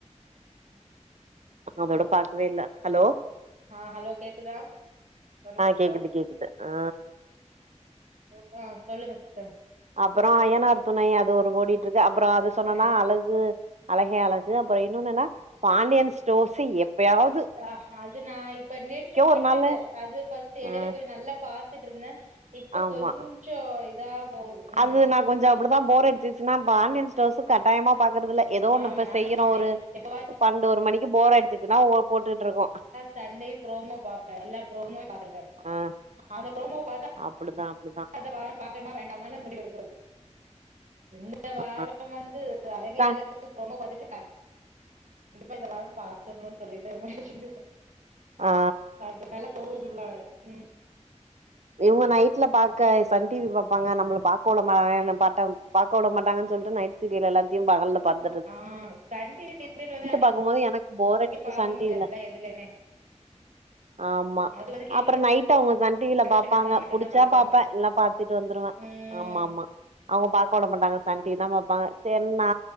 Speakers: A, on the right; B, on the right.
A: ஆமா
B: அப்றோ அதோட பாக்கவே இல்ல ஹலோ
A: ஆ ஹலோ கேக்குதா ஒரு
B: ஆ
A: நிமிஷோ
B: கேக்குது கேக்குது ஆ
A: கேக்குதா சொல்லுங்க சிஸ்டர்
B: அப்றோ அய்யனார் துணை அது ஒரு ஓடி ட்ருக்கு அப்றோ அது சொன்னனா
A: அ
B: அழகு அழகே அழகு அப்றோ இன்னொன்னு என்னா பாண்டியன் ஸ்டோர்ஸு எப்பயாவ்து
A: ஆ அது நா இப்ப நிறுத்தி விட்டுட்டே
B: ஒரு நாளு
A: அது பர்ஸ்ட் இடையில
B: ம்
A: கொஞ்சோ நல்லா பாத்துட்ருந்தே இப்ப
B: ஆமா
A: கொஞ்சோ இதா போகுது ம்
B: அது நா கொஞ்சோ அப்டிதா போர் அடிச்சுச்சின்னா பாண்டியன் ஸ்டோர்ஸு கட்டாயமா பாக்குறதில்ல எதோ ஒண்ணு
A: ஆமா
B: இப்ப
A: நானு
B: செய்யறோ
A: அப்டிதா
B: ஒரு
A: எப்பவாச்சு
B: பன்னண்டு ஒரு மணிக்கு போர் அடுச்சுச்சுன்னா போட்டுட்ருக்கோ
A: சண்டே ப்ரோமோ பாப்ப எல்லா ப்ரோமோ பாத்துடுவ
B: ஆ
A: அந்த ப்ரோமோ பாத்தா
B: அப்டிதா அப்டிதா
A: அந்த வாரோ பாக்கலாமா வேண்டாமான்னு முடிவு எடுக்றது இந்த வாரோ
B: ஆ
A: வந்து அழகே
B: தா
A: அழகு ப்ரோமோ பார்த்துட்டு இருப்பே கண்டிப்பா இந்த வாரோ பாத்திர்ணு சொல்லிட்டு
B: ஆ
A: அது நல்லா போகுதுங்களா ம்
B: இவங்க நைட்ல பாக்க சன் டிவி பாப்பாங்க நம்மள பாக்க ஒடாம என்ன பாட்டோ பாக்க உட மாட்டாங்கனு சொல்ட்டு நைட் சீரியல் எல்லாத்தையு பகல்ல பாத்
A: ஆ சன் டிவி சீரியல் வந்து அப்டி
B: பாக்கும்போது எனக்கு போர் அடிக்கு
A: <inaudible> பாக்க
B: சன்
A: முடியாதுல்ல
B: டிவில
A: எதுலயுமே
B: ஆமா
A: அது வந்து கேபிள்
B: அப்றோ நைட் அவங்க சன் டிவில
A: கனெக்ஷன்
B: பாப்
A: இருந்தா
B: பாங்க
A: மட்டுந்தா
B: புடிச்சா
A: பாக்க
B: பாப்பே
A: முடியும்
B: இல்ல பாத்துட்டு வந்துருவே
A: ம்
B: ஆமா ஆமா அவங்க பாக்க உட மாட்டாங்க சன் டிவி தா பாப்பாங்க சரி நா